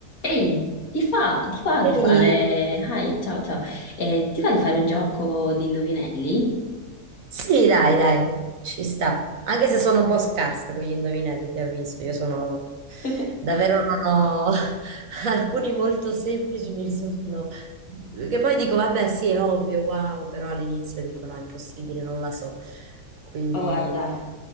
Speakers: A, on the left (about 65°); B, on the right (about 60°).
A: Ehi, ti fa, ti va di
B: Ehi,
A: fare... Hi, ciao, ciao. Eh, ti va di fare un gioco di indovinelli?
B: Sì, dai, dai, ci sta. Anche se sono un po' scarsa con gli indovinelli, ti avviso. Io sono
A: <laughs>
B: davvero non ho <laughs> alcuni molto semplici, mi risultano. Che poi dico, vabbè, sì, è ovvio, wow, però all'inizio dico, no, è impossibile, non la so. Quindi
A: Ma guarda,